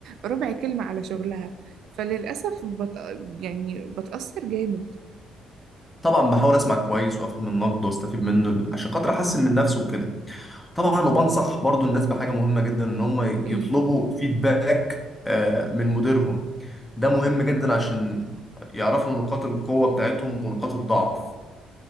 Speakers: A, on the right; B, in the centre.
A: ربع كلمة على شغلها فللأسف بت... يعني بتأثر جامد
B: طبعا بحاول أسمع كويس وأفهم النقد وأستفيد منه عشان خاطر أحسن من نفسي وكده طبعا وبنصح برضو الناس بحاجة مهمة جدا ان هم يطلبوا
A: إيه؟
B: فيدباك آه، من مديرهم ده مهم جدا عشان يعرفوا نقاط القوة بتاعتهم ونقاط الضعف